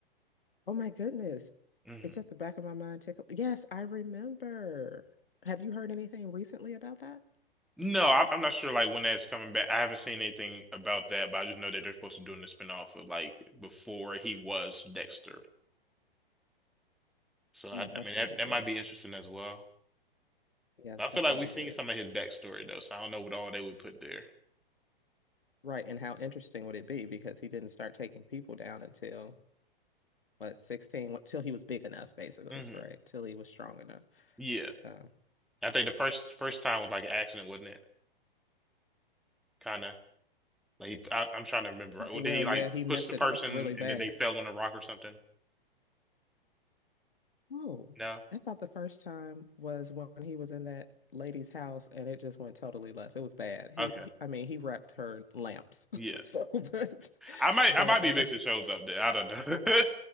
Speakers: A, on the left (about 70°); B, in the centre.
A: Oh my goodness.
B: hmm
A: It's at the back of my mind tickle. Yes, I remember. Have you heard anything recently about that?
B: No, I'm, I'm not sure like when that's coming back. I haven't seen anything about that, but I just know that they're supposed to be doing the spinoff of like before he was Dexter. So
A: Yeah,
B: I, I
A: that's
B: mean
A: going
B: that
A: to be
B: that
A: good.
B: might be interesting as well.
A: Yeah,
B: But I feel
A: that's
B: like
A: gonna
B: we've
A: be
B: seen
A: good.
B: some of his backstory though, so I don't know what all they would put there.
A: Right, and how interesting would it be because he didn't start taking people down until what 16, till he was big enough, basically,
B: hmm
A: right? Till he was strong enough.
B: Yeah,
A: So,
B: I think the first first time was like an accident, wasn't it? Kind of. Like he- I, I'm trying to remember. right? Well,
A: ki- well,
B: did he like
A: yeah, he messed
B: push the
A: it
B: person
A: up really bad.
B: and then they fell on a rock or something?
A: Oh,
B: No.
A: I thought the first time was when he was in that lady's house and it just went totally left. It was bad. He,
B: Okay.
A: he I mean, he wrapped her in lamps. <laughs>
B: Yeah.
A: So, but,
B: I might
A: but,
B: I might
A: uh,
B: be mixing shows up there. I don't know. <laughs>